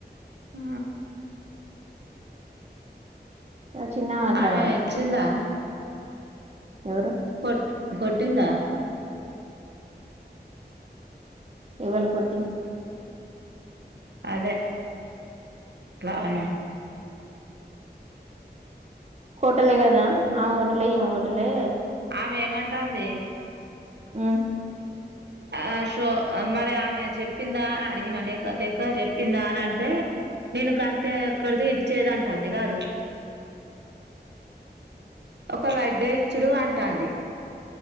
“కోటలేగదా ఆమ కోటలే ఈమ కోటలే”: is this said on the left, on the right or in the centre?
Right